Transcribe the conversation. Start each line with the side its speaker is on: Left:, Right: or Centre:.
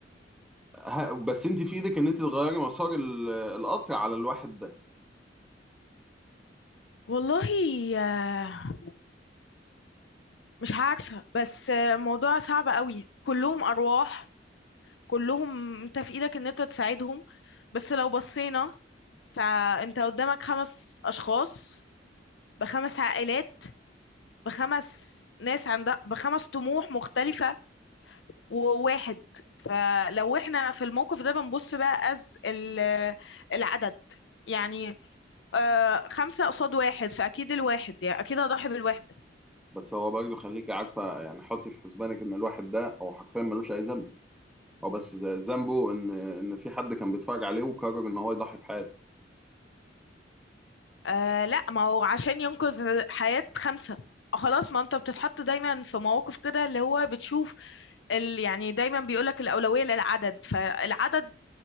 Centre: ه- بس انت في ايدك ان انت تغيري مسار ال- القطر على الواحد ده
Left: والله آه، مش عارفة بس آه، موضوع صعب قوي كلهم أرواح كلهم انت في ايدك ان انت تساعدهم بس لو بصينا فانت قدامك خمس اشخاص بخمس عائلات بخمس ناس عندها بخمس طموح مختلفة وواحد فلو احنا في الموقف ده بنبص بقى از ال- العدد يعني آه خمسة قصاد واحد فأكيد الواحد يعني أكيد هضحي بالواحد
Centre: بس هو برضه خليكي عارفه يعني حطي في حسبانك ان الواحد ده هو حرفيا ملوش اي ذنب هو بس ز- ذنبه ان ان في حد كان بيتفرج عليه وقرر ان هو يضحي بحياته
Left: آه لا ما هو عشان ينقذ حياة خمسة خلاص ما انت بتتحط دايما في مواقف كده اللي هو بتشوف ال... يعني دايما بيقولك الأولوية للعدد فالعدد